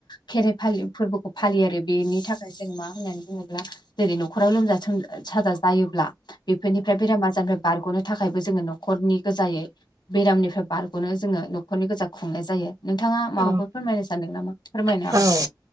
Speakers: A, on the left; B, on the right.
A: खेराइ फालि फोरबोखौ फालियो आरो बेनि थाखाय जों मा होननानै बुङोब्ला जेरै न'खराव लोमजा सोम-साजा जायोब्ला बेफोरनिफ्राय बेराम आजार निफ्राय बारग'नो थाखायबो जोङो न'खरनि गोजायै बेरामनिफ्राय बारग'नो जोङो न'खरनि गोजा खुंनाय जा यो। नोंथाङा
B: औ
A: माबाफोर फोरमायनो सानदों नामा? फोरमायनो
B: औ
A: हागौ
B: औ